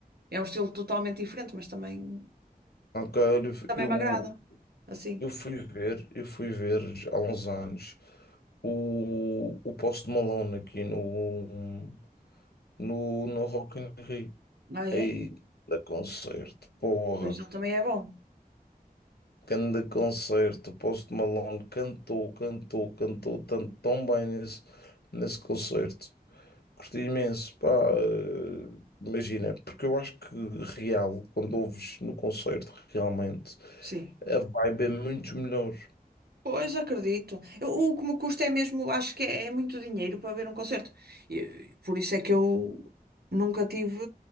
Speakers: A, on the right; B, on the left.
A: é um estilo totalmente diferente, mas também,
B: ah, cara,
A: também
B: eu,
A: me agrada. Assim.
B: eu fui ver, eu fui ver há uns anos o, o Post Malone aqui no, no, no Rock in Rio.
A: Ah, é?
B: Aí, da concerto, porra.
A: Pois ele também é bom.
B: Grande concerto, Post Malone cantou, cantou, cantou tanto, tão bem nesse, nesse concerto. Curti imenso, pá, eh, imagina, porque eu acho que real, quando ouves no concerto, realmente,
A: Sim.
B: a vibe é muito melhor.
A: Pois acredito. Eu- o que me custa é mesmo, acho que é, é muito dinheiro para ver um concerto. E, por isso é que eu nunca tive